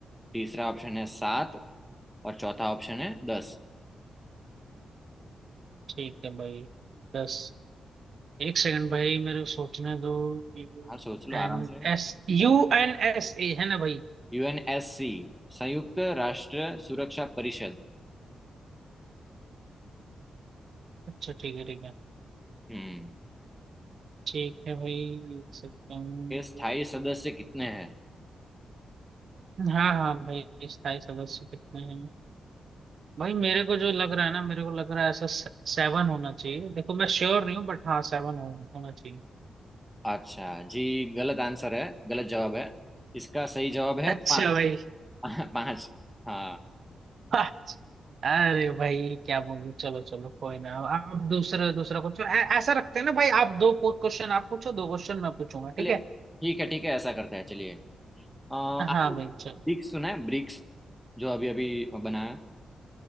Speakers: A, in the centre; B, on the right.
A: तीसरा ऑप्शन है सात और चौथा ऑप्शन है दस
B: ठीक है भाई दस एक सेकंड भाई मेरे को सोचने दो U
A: हाँ सोच लो
B: N
A: आराम से
B: S U N S A है ना भाई
A: यूएनएससी संयुक्त राष्ट्र सुरक्षा परिषद
B: अच्छा ठीक है ठीक है
A: हम्म
B: ठीक है भाई एक सेकंड
A: के स्थायी सदस्य कितने हैं
B: हाँ हाँ भाई स्थायी सदस्य कितने हैं भाई मेरे को जो लग रहा है ना मेरे को लग रहा है ऐसा से, सेवन होना चाहिए देखो मैं श्योर नहीं हूँ बट हाँ सेवन हो, होना चाहिए
A: अच्छा जी गलत आंसर है गलत जवाब है इसका सही जवाब है
B: अच्छा
A: पाँच
B: भाई
A: <laughs> पाँच हाँ
B: अच्छा। अरे भाई क्या बोलूं चलो चलो कोई ना आप दूसरा दूसरा कुछ ऐ- ऐसा रखते हैं ना भाई आप दो क्वेश्चन आप पूछो दो क्वेश्चन मैं पूछूंगा ठीक
A: चलिए
B: है
A: ठीक है ठीक है ऐसा करते हैं चलिए अ, आपने
B: हाँ भाई चलो
A: ब्रिक्स सुना है ब्रिक्स जो अभी अभी बनाया है?